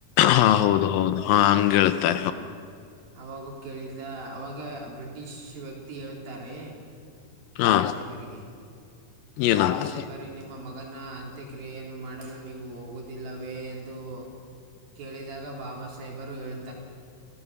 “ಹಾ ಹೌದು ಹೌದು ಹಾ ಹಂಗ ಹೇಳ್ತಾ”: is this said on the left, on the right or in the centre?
Left